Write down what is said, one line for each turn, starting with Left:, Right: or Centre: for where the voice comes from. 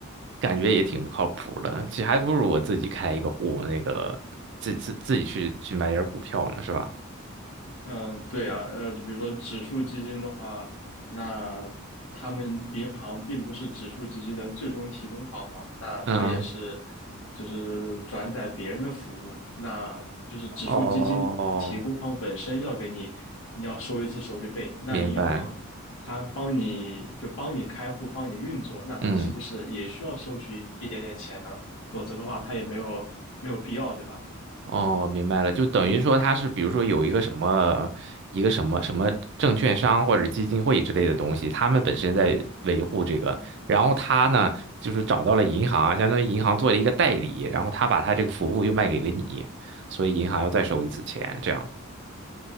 Right: 感觉也挺不靠谱的，其实还不如我自己开一个户，那个自自自己去去买点儿股票呢，是吧？
Left: 嗯，对啊，呃，就比如说指数基金的话，那他们银行并不是指数基金的最终提供方嘛，那它也是
Right: 嗯，
Left: 就是转载别人的服务，那就是指数基金提供方本身要给你，
Right: 哦，
Left: 你要收一次手续费，那银行它帮你就帮你开户，
Right: 明白，
Left: 帮你运作，那它是不是也需要收取一点点钱呢？
Right: 嗯，
Left: 否则的话，它也没有没有必要，对吧？
Right: 哦，明白了，就等于说他是，比如说有一个什么一个什么什么证券商或者基金会之类的东西，他们本身在维护这个，然后他呢就是找到了银行，相当于银行做了一个代理，然后他把他这个服务又卖给了你，所以银行要再收一次钱，这样。